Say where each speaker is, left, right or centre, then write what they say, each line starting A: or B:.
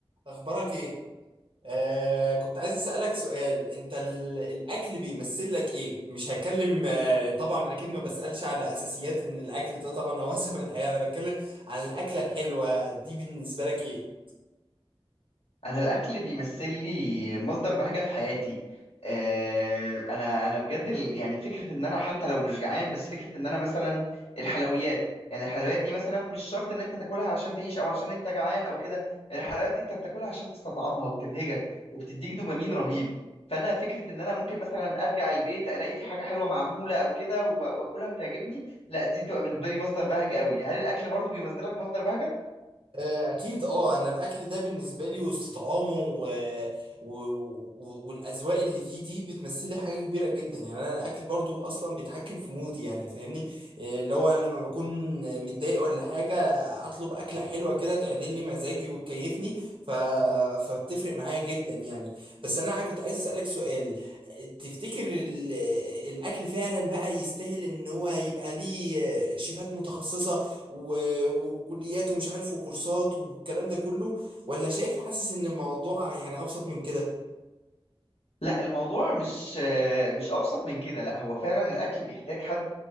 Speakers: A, on the right (about 60°); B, on the left (about 85°).
A: اخبارك ايه آه كنت عايز اسالك سؤال انت ال- الاكل بيمثل لك ايه مش هتكلم آه طبعا اكيد ما بسالش على اساسيات ان الاكل ده طبعا هو <laughs> اساسي في الحياه انا بتكلم عن الاكله الحلوه دي بالنسبه لك ايه
B: انا الاكل بيمثل لي مصدر بهجه في حياتي آه، انا انا بجد ال- يعني فكره ان انا حتى لو مش جعان بس فكره ان انا مثلا الحلويات يعني الحلويات دي مثلا مش شرط ان انت تاكلها عشان تعيش او عشان انت جعان او كده الحلويات دي انت بتاكلها عشان تستطعمها وتبهجك وبتديك دوبامين رهيب فانا فكره ان انا ممكن مثلا ارجع البيت الاقي في حاجه حلوه معموله او كده و- واكلها وتعجبني لا دي تبقى بالنسبه لي مصدر بهجه قوي هل الاكل برضو بيمثلك مصدر بهجه
A: آه، اكيد اه انا الاكل ده بالنسبه لي وسط طعامه و... و... و... والاذواق اللي فيه دي بتمثلي حاجه كبيره جدا يعني انا الاكل برضو اصلا بيتحكم في مودي يعني فاهمني آه، اللي هو أنا لما بكون متضايق ولا حاجه اطلب اكله حلوه كده تعدل لي مزاجي وتكيفني ف... فبتفرق معايا جدا يعني بس انا كنت عايز اسالك سؤال تفتكر ال... الاكل فعلا بقى يستاهل ان هو يبقى ليه آه، شيفات متخصصه و- وكليات ومش عارف وكورسات والكلام ده كله ولا شايف حاسس ان الموضوع يعني ابسط من كده
B: لا الموضوع مش مش ابسط من كده لا هو فعلا الاكل بيحتاج حد